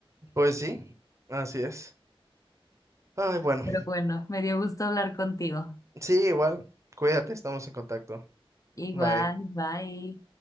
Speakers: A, on the right; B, on the left.
A: Pues sí, así es. Ay, bueno.
B: Pero bueno, me dio gusto hablar contigo.
A: Sí, igual. Cuídate, estamos en contacto.
B: Igual,
A: Bye.
B: bye.